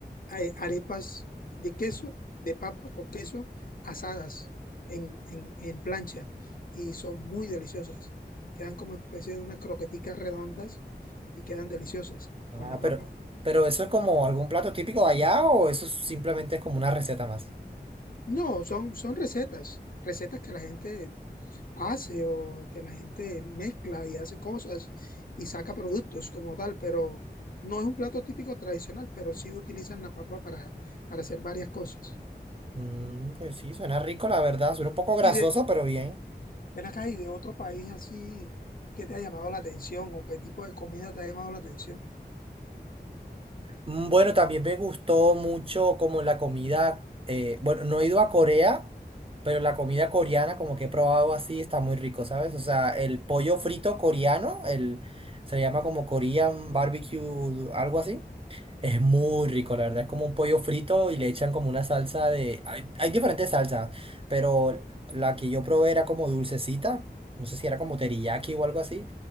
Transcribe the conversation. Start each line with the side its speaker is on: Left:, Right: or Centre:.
Left: eh, arepas de queso, de papa con queso, asadas en, en, en plancha y son muy deliciosas. Quedan como especie de unas croqueticas redondas y quedan deliciosas
Right: Ah,
Left: con la papa.
Right: pero, pero eso es como algún plato típico de allá o eso es simplemente es como una receta más.
Left: No, son, son recetas, recetas que la gente hace o que la gente mezcla y hace cosas y saca productos como tal, pero no es un plato típico tradicional, pero sí utilizan la papa para, para hacer varias cosas.
Right: Mm, pues sí, suena rico, la verdad. Suena un poco grasoso,
Left: Y de,
Right: pero bien.
Left: Ven acá y de otro país así que te ha llamado la atención o qué tipo de comida te ha llamado la atención.
Right: Mm, Bueno, también me gustó mucho como la comida, eh, bueno, no he ido a Corea, pero la comida coreana como que he probado así está muy rico, ¿sabes? O sea, el pollo frito coreano, el, se le llama como Korean barbecue, algo así. Es muy rico, la verdad. Es como un pollo frito y le echan como una salsa de... Hay, hay diferentes salsas, pero la que yo probé era como dulcecita. No sé si era como teriyaki o algo así.